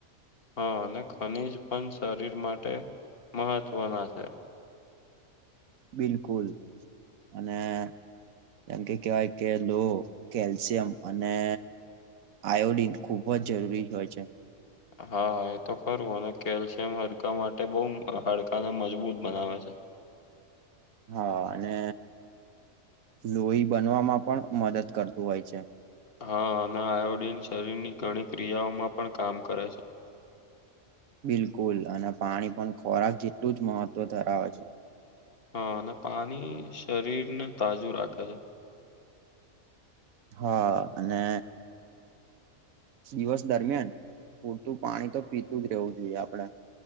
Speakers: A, on the left (about 45°); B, on the right (about 80°).
A: હા અને ખનીજ પણ શરીર માટે મહત્વના છે.
B: બિલકુલ અને જેમ કે કહેવાય કે લો કેલ્શિયમ અને આયોડીન ખુબ જ જરૂરી હોય છે.
A: હા એ તો ખરું અને કેલ્શિયમ હડકા માટે બઉ હાડકાને મજબૂત બનાવે છે.
B: હા અને લોહી બનવામાં પણ મદદ કરતું હોય છે.
A: હા અને આયોડીન શરીરની ઘણી ક્રિયાઓમાં પણ કામ કરે છે.
B: બિલકુલ અને પાણી પણ ખોરાક જેટલું જ મહત્વ ધરાવે છે.
A: હા અને પાની શરીર ને તાજુ રાખે છે.
B: હા અને દિવસ દરમિયાન પૂરતું પાણી તો પીતું જ રહેવું જોઈએ આપડે.